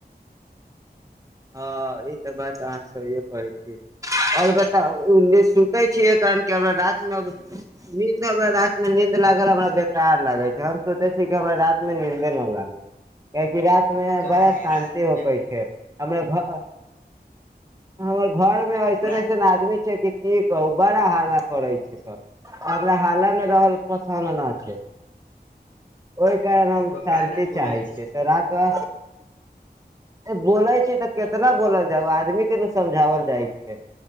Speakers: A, on the right (about 20°); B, on the left (about 45°).
A: हँ ई तऽ बात अहाँ सहिए कहै छी आओर बताउ उनी सुते छियै कारण की हमरा रात मे अब नींद हमरा रात मे नींद लागल हमरा बेकार लागै छै हम सोचे छियै कि हमरा रात मे नींदे न लागे कियाकि रात मे
B: का
A: बड़ा
B: है
A: शान्ति
B: रात
A: होखै
B: मे
A: छै। हमरा घर हमर घरमे ऐसन
B: रात
A: ऐसन आदमी छै कि की कहू बड़ा हालत करै छै सब हमरा हाल्लामे रहल पसन्द नहि छै ओहि कारण हम
B: रउआ
A: शान्ति
B: का ने बोलै
A: चाहै छियै
B: छै
A: तऽ रातवा बोलै तऽ केतना बोलल जाय आदमी के ने समझावल जाइ छै